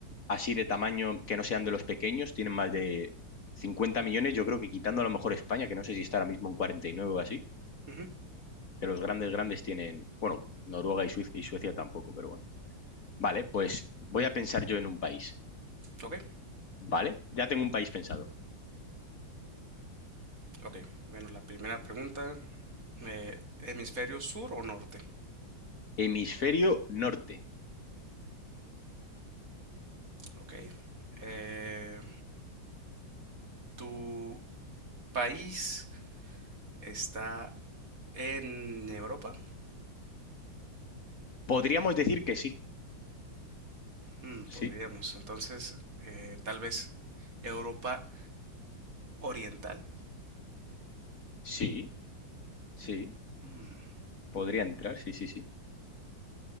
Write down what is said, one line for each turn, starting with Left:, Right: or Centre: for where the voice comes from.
Left: así de tamaño que no sean de los pequeños, tienen más de 50 millones, yo creo que quitando a lo mejor España, que no sé si está ahora mismo en 49 o así,
Right: Ujú,
Left: que los grandes grandes tienen, bueno, Noruega y, Suiz- y Suecia tampoco, pero bueno. Vale, pues voy a pensar yo en un país,
Right: Ok,
Left: ¿vale? Ya tengo un país pensado.
Right: ok. Bueno, la primera pregunta. eh, ¿hemisferio sur o norte?
Left: Hemisferio norte.
Right: Ok. Eh, ¿tu país está en Europa?
Left: Podríamos decir que sí,
Right: Mm,
Left: sí,
Right: podríamos. Entonces, eh, tal vez Europa Oriental.
Left: sí, sí,
Right: Mm,
Left: podría entrar, sí, sí, sí.